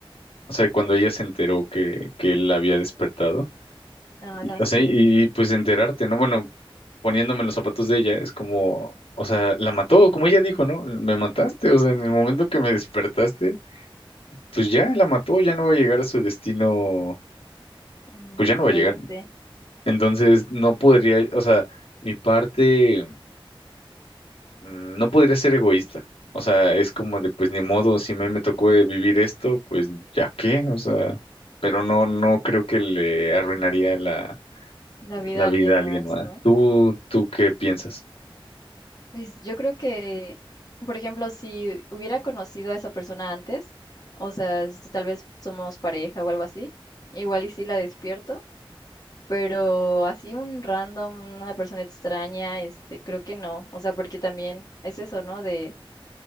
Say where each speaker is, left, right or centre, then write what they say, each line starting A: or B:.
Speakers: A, on the left; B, on the left.
A: o sea, cuando ella se enteró que, que él la había despertado,
B: Ah,
A: y,
B: la
A: o
B: sé.
A: sea, y, y, pues enterarte, ¿no? Bueno, poniéndome en los zapatos de ella, es como, o sea, la mató, como ella dijo, ¿no? Me mataste, o sea, en el momento que me despertaste, pues ya la mató, ya no va a llegar a su destino,
B: Mm,
A: pues ya no va
B: Bueno,
A: a llegar. ¿no?
B: sí,
A: Entonces, no podría, o sea, mi parte, mm, no podría ser egoísta. O sea, es como de, pues ni modo, si me, me tocó eh, vivir esto, pues ya qué, o sea, pero no, no creo que le arruinaría la,
B: la vida
A: la
B: de
A: vida
B: alguien
A: a alguien
B: más,
A: más.
B: ¿no?
A: ¿Tú, tú qué piensas?
B: Pues yo creo que, por ejemplo, si hubiera conocido a esa persona antes, o sea, si tal vez somos pareja o algo así, igual y sí la despierto, pero así un random, una persona extraña, este, creo que no, o sea, porque también es eso, ¿no? De,